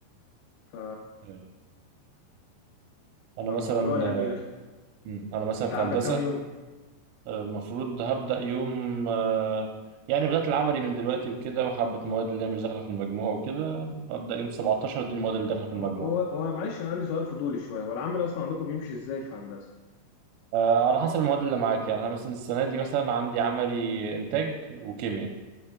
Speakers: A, on the left (about 80°); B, on the right (about 85°).
A: ف
B: آه، انا
A: فالموضوع
B: مثلا
A: يعني
B: آه،
A: رخم
B: مم. انا مثلا
A: انت
B: في
A: عندك
B: هندسة
A: كام يوم
B: المفروض هبدأ يوم آه، يعني بدأت العملي من دلوقتي وكده وحبة مواد اللي هي مش داخلة في المجموع وكده هبدأ يوم 17 دي المواد اللي داخلة في المجموع
A: هو هو هو معلش انا عندي سؤال فضولي شويه هو العمل اصلا عندكم بيمشي ازاي في هندسه
B: آه، على حسب المواد اللي معاك يعني أنا مثلا السنة دي مثلا عندي عملي إنتاج وكيمياء